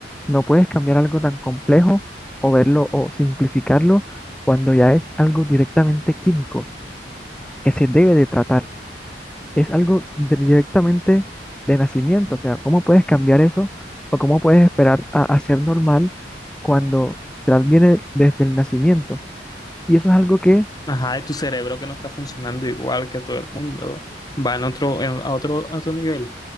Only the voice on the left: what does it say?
ajá, de tu cerebro que no está funcionando igual que a todo el mundo. Va en otro, en- a otro, a otro nivel.